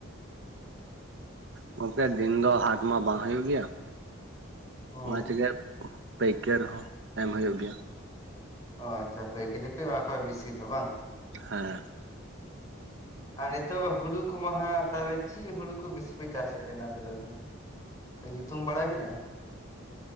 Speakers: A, on the right (about 55°); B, on the left (about 15°).
A: ᱜᱚᱝᱠᱮ ᱫᱤᱱ ᱫᱚ ᱦᱟᱴ ᱢᱟ ᱵᱟᱝ ᱦᱩᱭᱩᱜ ᱜᱮᱭᱟ
B: ᱦᱩᱸ
A: ᱢᱟᱡᱽᱜᱮ ᱯᱟᱹᱭᱠᱟᱹᱨ ᱦᱚᱸ ᱮᱢ ᱦᱩᱭᱩᱜ ᱜᱮᱭᱟ
B: ᱚ ᱟᱪᱪᱷᱟ ᱯᱟᱹᱭᱠᱟᱹᱨᱤ ᱯᱮ ᱮᱢᱟ ᱠᱚᱣᱟ ᱵᱤᱥᱤ ᱫᱚ ᱵᱟᱝ
A: ᱦᱮᱸ
B: <inaudible> ᱟᱨ ᱱᱤᱛᱚᱜ ᱦᱩᱲᱩ ᱠᱚ ᱢᱟᱦᱟᱸᱜ ᱛᱟᱦᱚᱞᱮ ᱪᱤᱫ ᱦᱩᱲᱩ ᱠᱚ ᱵᱮᱥᱤ ᱯᱮ ᱪᱟᱥᱮᱫ ᱠᱟᱱᱟ ᱟᱯᱮ ᱫᱚ ᱮᱠᱷᱚᱱ ᱫᱚ ᱧᱩᱛᱩᱢ ᱵᱟᱲᱟᱭ ᱢᱮᱱᱟᱜᱼᱟ